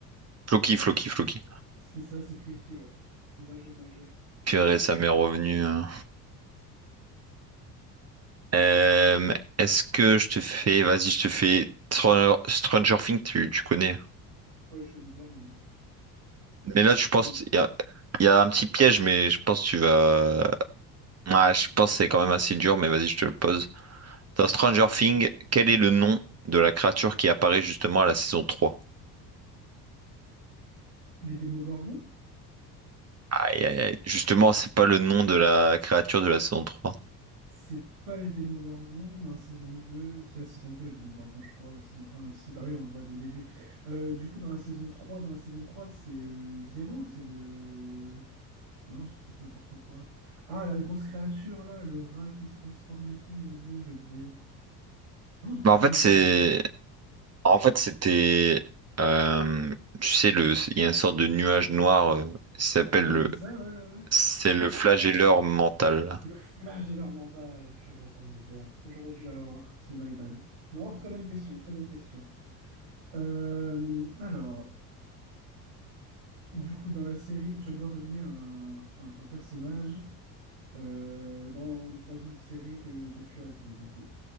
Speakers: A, on the right; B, on the right.
A: Floki, Floki, Floki.
B: C'est ça, c'est Floki, ouais. Bien joué, bien joué.
A: Purée, ça m'est revenu. euh. Euh, est-ce que je te fais, vas-y, je te fais Str- Stranger Things, tu, tu connais.
B: Ouais, je connais bien même.
A: Mais là, je
B: Je
A: pense,
B: connais
A: il y a, il y a un petit piège, mais je pense que tu vas. Ah, je pense que c'est quand même assez dur, mais vas-y, je te le pose. Dans Stranger Things, quel est le nom de la créature qui apparaît justement à la saison trois
B: les Démogorgons?
A: Aïe, aïe, aïe. Justement, c'est pas le nom de la créature de la saison 3.
B: C'est pas les Démogorgons dans la saison 2. C'est la saison 2 les Démogorgons, je crois. Ouais, saison un aussi. Bah oui, on le voit dès le début. Euh, du coup, dans la saison trois, dans la saison 3, c'est euh, Zéro. C'est le. Non, je dis peut-être n'importe quoi. Ah, la grosse créature, là, le rat qui se transforme et tout, mon Dieu, j'ai oublié. <gasps> Oh,
A: Bah,
B: tu
A: en
B: peux
A: fait,
B: me
A: c'est.
B: dire en vrai.
A: En fait, c'était. euh, Tu sais, le... il y a une sorte de nuage noir, euh, qui s'appelle
B: Ouais, c'est ça, ouais, ouais, ouais.
A: C'est le flagelleur mental.
B: Le flagelleur mental, purée, pomme de terre. J'aurais dû l'avoir, c'est my bad. Non, très bonne question, très bonne question. Euh, alors, Du coup, dans la série, tu vas devoir deviner un, un- un personnage euh, dans, dans une série que, que tu as vue, du coup,